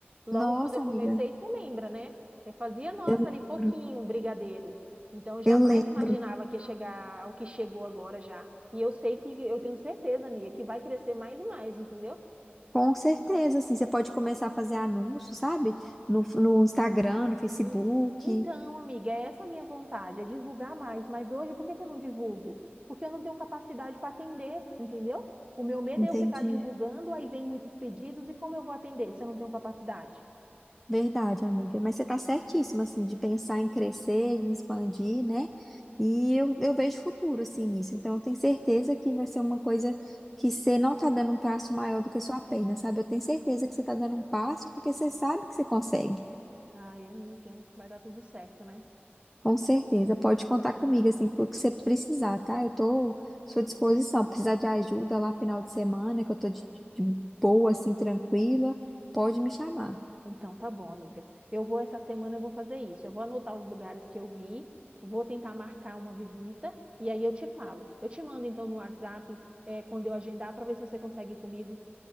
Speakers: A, on the right (about 25°); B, in the centre.
A: Logo
B: Nossa,
A: quando eu comecei,
B: amiga,
A: você lembra, né? Eu fazia, nossa,
B: eu lembro.
A: ali pouquinho, um brigadeiro. Então, eu jamais
B: Eu lembro.
A: imaginava que ia chegar ao que chegou agora já. E eu sei que, eu tenho certeza, amiga, que vai crescer mais e mais, entendeu?
B: Com certeza, assim, você pode começar a fazer anúncios sabe? No, no Instagram, no Facebook.
A: E- Então, amiga, essa é a minha vontade, é divulgar mais. Mas hoje, por que que eu não divulgo? Porque eu não tenho capacidade para atender, entendeu? O meu medo
B: Entendi.
A: é eu ficar divulgando, aí vem muitos pedidos, e como eu vou atender se eu não tenho capacidade?
B: Verdade, amiga. Mas você tá certíssima, assim, de pensar em crescer, em expandir, né? E eu, eu vejo futuro, assim, nisso. Então, eu tenho certeza que vai ser uma coisa que você não tá dando um passo maior do que a sua perna, sabe? Eu tenho certeza que você tá dando um passo porque você sabe que você consegue.
A: Ai, amiga, vai dar tudo certo, né?
B: Com certeza, pode contar comigo, assim, pelo que você precisar, tá? Eu tô à sua disposição. Precisar de ajuda lá final de semana, que eu tô de, de boa, assim, tranquila, pode me chamar.
A: Então tá bom, amiga. Eu vou essa semana, eu vou fazer isso. Eu vou anotar os lugares que eu vi, vou tentar marcar uma visita e aí eu te falo. Eu te mando então no WhatsApp, é, quando eu agendar, para ver se você consegue ir comigo.